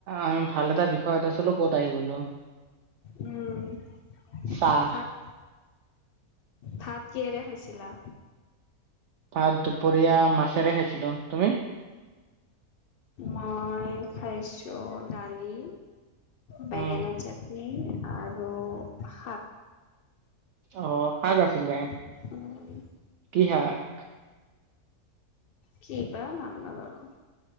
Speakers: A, on the right (about 70°); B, on the left (about 85°).
A: আমি ভাল এটা বিষয়ত আছিলো ক'ত আহি গলো।
B: উম
A: চাহ।
B: ভাত ভাত কিহেৰে খাইছিলা?
A: ভাত দুপৰীয়া মাছেৰে খাইছিলো, তুমি?
B: মই খাইছোঁ ডালি, বেঙেনা
A: উম,
B: চাট নিম আৰু শাক।
A: অ শাক আছিলে।
B: উম।
A: কি শাক?
B: কি বা নাম নাজানো